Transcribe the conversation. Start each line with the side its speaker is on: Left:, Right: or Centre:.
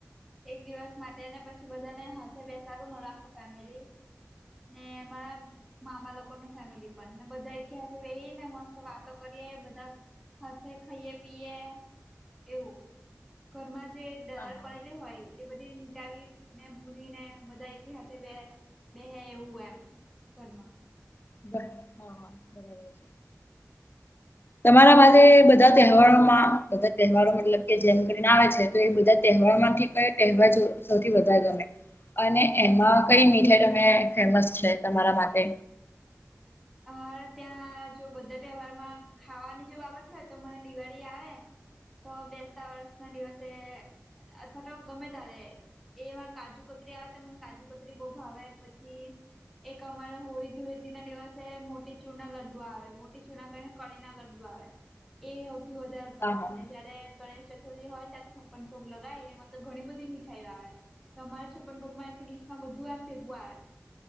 Centre: એક દિવસ માટે ને પછી બધાને હાથે બે સારું રાખ ફેમિલી. ને મારા મામા લોકો ન ફેમિલી પણ ને બધા એક્યા વહી ને મસ્ત વાતો કરીએ બધા હાથે ખાઈએ પીએ એવું. ઘરમાં જે દરાળ
Left: હા
Centre: પડેલી
Left: હા
Centre: હોય. એ બધી મટાવી ને ભૂલીને બધા એક હાથે બે બે એવું એમ. ઘરમાં.
Left: <inaudible> તમારા પાસે બધા તહેવારોમાં બધા તહેવારો મતલબ કે જેમ કરીને આવે છે. તો બધા તહેવારમાંથી કયો તહેવાર સૌથી વધારે ગમે? અને એમાં કઈ મીઠાઈ તમે ફેમસ છે તમારા માટે?
Centre: અરે ત્યાં જો બધા તહેવારમાં ખાવાની જે બાબત હોય તો મને દિવાળી આવે. તો બેસતા વર્ષના દિવસે અથવા તો ગમે તાલે. એમાં કાજુ કતરી આવે ત મને કાજુ કતરી બહુ ભાવે પછી એક અમારા હોળી ધૂળેતીના દિવસ. મોટી ચૂરના લડ્ડુ આવે મોટી ચૂર ના કરીને કળીના લડ્ડુ આવે, એ સૌથી વધારે ભાવે
Left: હા
Centre: જયારે ગણેશ ચતુર્થી હોય ત્યારે છપ્પન ભોગ લગાય એમાં તો ઘણી બધી મીઠાઈઓ આવે. તમારે છપ્પન પગમાં એક ડીસ માં બધું એમ ભેગવું આવે.